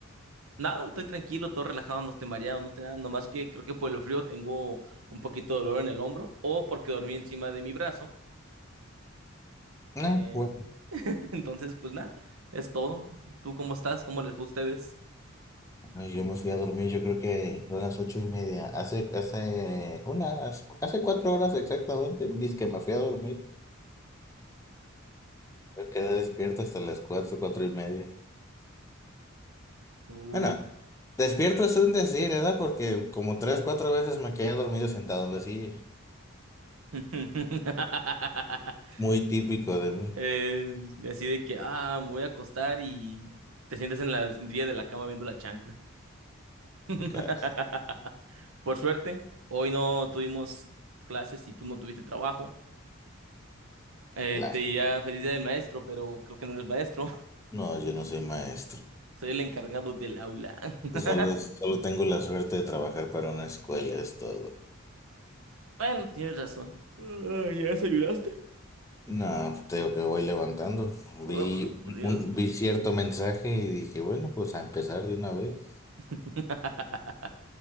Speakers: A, on the right; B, on the left.
A: nada, estoy tranquilo, todo relajado, no estoy mareado, no estoy nada. Nomás que creo que por el frío tengo un poquito de dolor en el hombro o porque dormí encima de mi brazo.
B: Ah,
A: Eh,
B: bueno.
A: <laughs> entonces, pues nada, es todo. ¿Tú cómo estás? ¿Cómo les fue a ustedes?
B: Ay, yo me fui a dormir, yo creo que son las ocho y media. Hace, hace unas, hace cuatro horas exactamente, dice que me fui a dormir. Yo quedé despierto hasta las cuatro, cuatro y media.
A: Uy.
B: Bueno, despierto es un decir, ¿verdad? Porque como tres, cuatro veces me quedé dormido sentado en la silla.
A: <laughs>
B: Muy típico de mí.
A: Eh, así de que, ah, me voy a acostar y te sientes en la orilla de la cama viendo la chancla. <laughs>
B: Acá, sí.
A: Por suerte, hoy no tuvimos clases y tú no tuviste trabajo. Eh,
B: Lástima.
A: te diría feliz día del maestro, pero creo que no eres maestro. <laughs>
B: No, yo no soy maestro.
A: Soy el encargado del aula. <laughs>
B: Solo, solo tengo la suerte de trabajar para una escuela, es todo.
A: Bueno, tienes razón. Ah, ¿ya desayunaste?
B: No, tengo que voy levantando.
A: Oh,
B: Vi,
A: por Dios.
B: un- vi cierto mensaje y dije, bueno, pues a empezar de una vez.
A: <laughs>